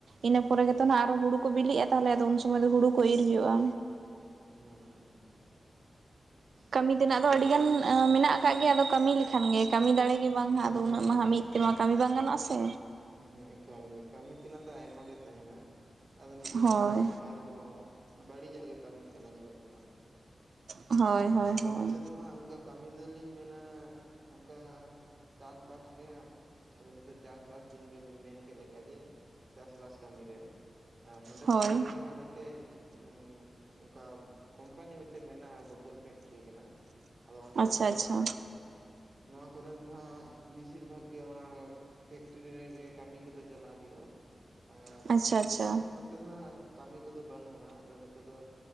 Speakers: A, on the right; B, on the right.
A: ᱤᱱᱟᱹ ᱯᱚᱨᱮ ᱜᱮᱛᱚ ᱱᱟᱜ ᱟᱨᱚ ᱦᱩᱲᱩ ᱠᱚ ᱵᱤᱞᱤᱜᱼᱟ ᱛᱟᱦᱚᱞᱮ ᱟᱫᱚ ᱩᱱ ᱥᱚᱢᱚᱭ ᱫᱚ ᱦᱩᱲᱩ ᱠᱚ ᱤᱨ ᱦᱩᱭᱩᱜᱼᱟ᱾
B: ᱦᱮᱸ
A: ᱠᱟᱹᱢᱤ ᱛᱮᱱᱟᱜ
B: ᱦᱮᱸ
A: ᱫᱚ ᱟᱹᱰᱤ ᱜᱟᱱ ᱮᱸ ᱢᱮᱱᱟᱜ ᱟᱠᱟᱫ ᱜᱮᱭᱟ ᱟᱫᱚ ᱠᱟᱹᱢᱤ ᱞᱮᱠᱷᱟᱱ ᱜᱮ ᱠᱟᱹᱢᱤ ᱫᱟᱲᱮ ᱜᱮ ᱵᱟᱝ ᱦᱟᱸᱜ ᱟᱫᱚ
B: ᱦᱮᱸ
A: ᱩᱱᱟᱹᱜ ᱢᱟ ᱦᱟᱸᱜ ᱢᱤᱫ ᱛᱮᱢᱟ ᱠᱟᱹᱢᱤ ᱵᱟᱝ ᱜᱟᱱᱚᱜᱼᱟ ᱥᱮ᱾
B: ᱦᱩᱸ ᱮᱠᱟᱞ ᱜᱮ ᱠᱟᱹᱢᱤ ᱛᱮᱱᱟᱜ ᱫᱚ ᱟᱭᱢᱟ ᱜᱮ ᱛᱟᱦᱮᱱᱟ ᱟᱫᱚ ᱱᱤᱛᱚᱜ
A: ᱦᱳᱭ
B: ᱫᱚ ᱠᱟᱹᱢᱤ ᱠᱟᱱ ᱨᱮᱦᱚᱸ ᱵᱟᱹᱲᱤᱡᱟᱜ ᱜᱮ ᱠᱟᱹᱢᱤᱜ ᱠᱟᱱᱟ ᱧᱮᱞᱚᱜ ᱠᱟᱱᱟ᱾
A: ᱦᱳᱭ᱾ ᱦᱳᱭ
B: ᱟᱫᱚ
A: ᱦᱳᱭ
B: ᱱᱚᱛᱮ ᱫᱚ ᱦᱟᱸᱜ ᱚᱱᱠᱟ ᱠᱟᱹᱢᱤ ᱫᱚᱞᱤᱧ ᱢᱮᱱᱟ ᱱᱚᱝᱠᱟ ᱪᱟᱥᱵᱟᱥ ᱜᱮ ᱦᱟᱸᱜ᱾ ᱟᱫᱚ ᱱᱤᱛᱚᱜ ᱪᱟᱥᱵᱟᱥ ᱫᱤᱱ ᱵᱮᱱ ᱢᱮᱱ ᱠᱮᱫ ᱞᱮᱠᱟ ᱡᱮ ᱪᱟᱥᱵᱟᱥ ᱠᱟᱹᱢᱤ ᱨᱮ᱾ ᱟᱨ ᱱᱚᱰᱮ
A: ᱦᱳᱭ
B: ᱥᱩᱨ ᱨᱮᱜᱮ ᱦᱟᱸᱜ ᱢᱤᱫᱴᱮᱡ ᱩᱸ ᱚᱱᱠᱟ ᱠᱳᱢᱯᱟᱱᱤ ᱢᱤᱫᱴᱮᱱ ᱢᱮᱱᱟᱜᱼᱟ ᱵᱳᱛᱚᱞ ᱯᱷᱮᱠᱴᱨᱤ ᱠᱟᱱᱟ ᱟᱫᱚ ᱚᱸᱰᱮ
A: ᱟᱪᱪᱷᱟ
B: ᱜᱮ ᱟᱫᱚ
A: ᱟᱪᱪᱷᱟ
B: ᱚᱱᱟ ᱱᱚᱣᱟ ᱠᱚᱨᱮᱱ ᱫᱚ ᱦᱟᱸᱜ ᱵᱮᱥᱤᱨ ᱵᱷᱟᱜᱽ ᱜᱮ ᱚᱱᱟ ᱯᱷᱮᱠᱴᱨᱤ ᱨᱮᱜᱮ ᱠᱟᱹᱢᱤ ᱠᱚᱫᱚ ᱪᱟᱞᱟᱜ ᱦᱩᱭᱩᱜᱼᱟ ᱟᱨ
A: ᱟᱪᱪᱷᱟ ᱟᱪᱪᱷᱟ
B: ᱚᱱᱠᱟ ᱱᱚ ᱛᱮ ᱫᱚ ᱦᱟᱸᱜ ᱠᱟᱹᱢᱤ ᱠᱚᱫᱚ ᱵᱟᱹᱱᱩᱜᱼᱟ ᱟᱫᱚ ᱱᱚᱛᱮ ᱫᱚ